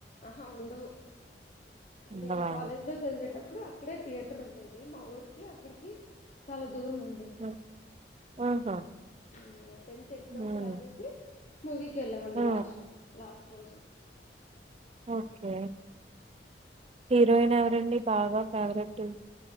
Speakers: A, on the left; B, on the right.
A: ఆహా ఉండవు,
B: ఉండవా
A: నేను కాలేజ్ లో చదివేటప్పుడు ఇప్పుడు అక్కడే థియేటర్ ఉండేది, మా ఊర్ కి అక్కడికి చాలా దూరం అండి.
B: ఆహా ఆహా.
A: ఉ టెన్త్ ఎగ్జామ్స్
B: ఉమ్
A: రాసేసి మూవీ కేళ్ళమండి
B: ఆ
A: లాస్ట్ లాస్ రోజు
B: ఓకే హీరోయిన్ ఎవరండి బాగా ఫేవరెట్టు